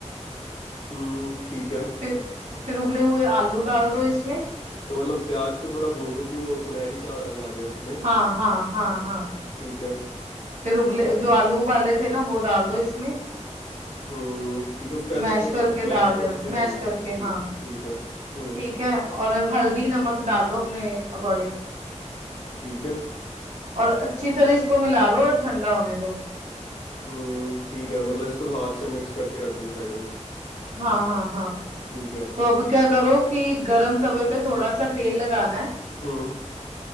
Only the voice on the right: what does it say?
फिर फिर उबले हुए आलू डाल दो इसमें
हाँ हाँ हाँ हाँ
फिर उबले जो आलू उबाले थे ना वो डाल दो इसमें
मैश
करके
डाल देना
मैश
करके हाँ
ठीक है और हल्दी नमक डाल लो अपने अकॉर्डिंग
और अच्छी तरह इसको मिला लो और ठंडा होने दो
हाँ हाँ हाँ
तो अब क्या करो कि गरम तवे पे थोड़ा सा तेल लगाना है